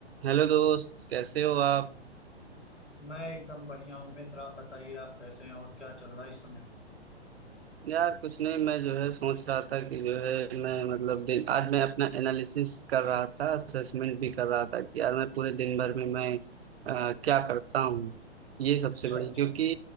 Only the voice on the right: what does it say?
Hello दोस्त कैसे हो आप
यार कुछ नहीं मैं जो है सोच रहा था कि जो है मैं मतलब दिन आज मैं अपना एनालिसिस कर रहा था असेसमेंट भी कर रहा था कि यार मैं पूरे दिन भर में मैं अ, क्या करता हूँ ये सबसे
बड़ी
क्योंकि